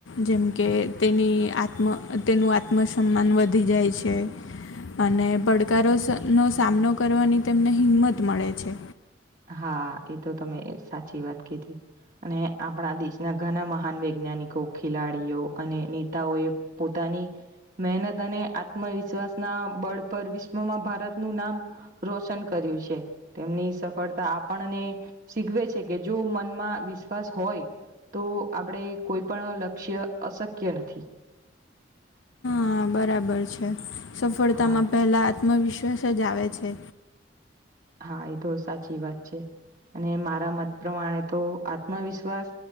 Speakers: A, on the left; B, on the right.
A: જેમ કે તેની આત્મ તેનું આત્મસન્માન વધી જાય છે. અને પડકારો સ નો સામનો કરવાની તેમને હિંમત મળે છે.
B: હા એ તો તમે સાચી વાત કીધી. અને આપણા દેશના ઘણા મહાન વૈજ્ઞાનિકો ખેલાડીઓ અને નેતાઓએ પોતાની મહેનત અને આત્મવિશ્વાસ ના બળ પર વિશ્વમાં ભારતનું નામ રોશન કર્યું છે તેમની સફળતા આપણને શીખવે છે કે જો મનમાં વિશ્વાસ હોય તો આપણે કોઈ પણ લક્ષ્ય અશક્ય નથી.
A: હ બરાબર છે સફળતામાં
B: હા
A: પહેલાં આત્મવિશ્વાસ જ આવે છે
B: હા એ તો સાચી વાત છે અને મારા મત પ્રમાણે તો આત્મવિશ્વાસ